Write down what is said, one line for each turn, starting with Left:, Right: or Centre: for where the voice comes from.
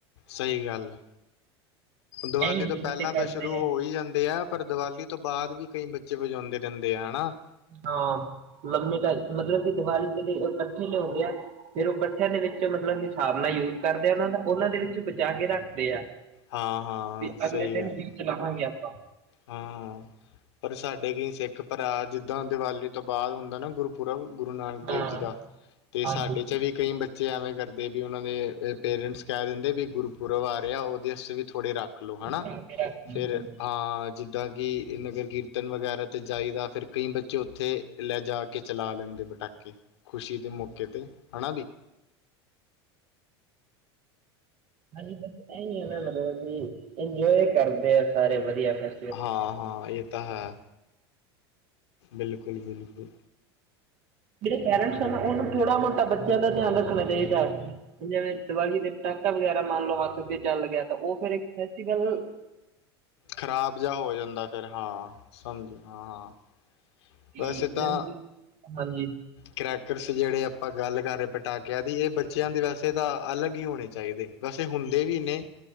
Left: ਸਈ ਗੱਲ ਐ। ਦੀਵਾਲੀ
Right: ਐਂ
Left: ਤੋਂ
Right: ਹੋਲੀ
Left: ਪੇਲਾਂ
Right: ਤੇ ਕਰਦੇ
Left: ਤਾਂ ਸ਼ੁਰੂ
Right: ਆ
Left: ਹੋ ਈ ਜਾਂਦੇ ਐ ਪਰ ਦੀਵਾਲੀ ਤੋਂ ਬਾਦ ਵੀ ਕਈ ਬੱਚੇ ਵਜਾਉਂਦੇ ਰੇਂਦੇ ਆ ਹੈਨਾ।
Right: ਹਾਂ, ਲੰਮੇ ਟਾਈ ਮਤਲਬ ਕਿ ਦੀਵਾਲੀ ਦੇ ਲਈ ਕੱਠੇ ਲਿਆਉਂਦੇ ਆ। ਫਿਰ ਓ ਕੱਠਿਆਂ ਦੇ ਵਿੱਚ ਮਤਲਬ ਕਿ ਹਿਸਾਬ ਨਾਲ ਯੂਜ ਕਰਦੇ ਆ ਓਨਾਂ ਦਾ। ਓਨਾਂ ਦੇ ਵਿੱਚ ਬਚਾ ਕੇ ਰੱਖਦੇ ਆ।
Left: ਹਾਂ ਹਾਂ
Right: ਵੀ
Left: ਸਹੀ
Right: ਅਗਲੇ ਦਿਨ
Left: ਗੱਲ
Right: ਵੀ ਚਲਾਵਾਂਗੇ ਆਪਾਂ
Left: ਹਾਂ, ਪਰ ਸਾਡੇ ਕਈ ਸਿੱਖ ਭਰਾ ਜਿੱਦਾਂ ਦੀਵਾਲੀ ਤੋਂ ਬਾਦ ਹੁੰਦਾ ਨਾ ਗੁਰ ਪੂਰਵ ਗੁਰੂ ਨਾਨਕ ਦੇਵ
Right: ਹਾਂ
Left: ਜੀ ਦਾ ਤੇ
Right: ਹਾਂਜੀ
Left: ਸਾਡੇ ਚ ਵੀ ਕਈ ਬੱਚੇ ਬੱਚੇ ਐਵੇਂ ਕਰਦੇ ਵੀ ਓਨਾਂ ਦੇ ਪੇਰੈਂਟਸ ਕੈ ਦਿੰਦੇ ਵੀ ਗੁਰਪੁਰਬ ਆ ਰੇਆ ਔਦੇ ਆਸਤੇ ਵੀ ਥੋੜੇ ਰੱਖ ਲੋ ਹਨਾ।
Right: ਰੱਖਦੇ
Left: ਫਿਰ
Right: ਹਾਂਜੀ
Left: ਆਂ ਜਿੱਦਾਂ ਕਿ ਨਗਰ ਕੀਰਤਨ ਵਗੈਰਾ ਤੇ ਜਾਈਦਾ ਫਿਰ ਕਈ ਬੱਚੇ ਓਥੇ ਲੈ ਜਾ ਕੇ ਚਲਾ ਲੈਂਦੇ ਪਟਾਕੇ। ਖੁਸ਼ੀ ਦੇ ਮੌਕੇ ਤੇ ਹਨਾ ਬੀ
Right: ਹਾਂਜੀ, ਬਸ ਐਈ ਆ ਨਾ ਮਤਲਬ ਕਿ ਇੰਜੋਏ ਕਰਦੇ ਆ ਸਾਰੇ ਵਧੀਆ ਫੇਰ।
Left: ਹਾਂ ਹਾਂ ਏ ਤਾਂ ਹੈ। ਬਿਲਕੁਲ ਬਿਲਕੁਲ।
Right: ਜੇੜੇ ਪੇਰੈਂਟਸ ਆ ਨਾ ਓਨੂੰ ਥੋੜਾ ਮੋਟਾ ਬੱਚੇਆਂ ਦਾ ਧੇਆਨ ਰੱਖਣਾ ਚਾਈਦੈ। ਜਿਵੇਂ ਦੀਵਾਲੀ ਦੇ ਪਟਾਕਾ ਵਗੈਰਾ ਮੰਨ ਲਓ ਹੱਥ ਉੱਤੇ ਚੱਲ ਗਿਆ ਤਾਂ ਓ ਫੇਰ ਫੈਸਟੀਵਲ
Left: ਖ਼ਰਾਬ ਜਾ ਹੋ ਜਾਂਦਾ ਫੇਰ ਹਾਂ। ਸਮਝ ਹਾਂ।
Right: ਕੀ
Left: ਵੈਸੇ ਤਾਂ
Right: ਜੈਵੇਂ ਕਿ, ਹਾਂਜੀ।
Left: ਕਰੈਕਰਸ ਜੇੜੇ ਆਪਾਂ ਗੱਲ ਕਰ ਰੇ ਪਟਾਕੇਆਂ ਦੀ ਏ ਬੱਚੇਆਂ ਦੇ ਵੈਸੇ ਤਾਂ ਅਲੱਗ ਈ ਹੋਣੇ ਚਾਈਦੇ। ਵੈਸੇ ਹੁੰਦੇ ਵੀ ਨੇ।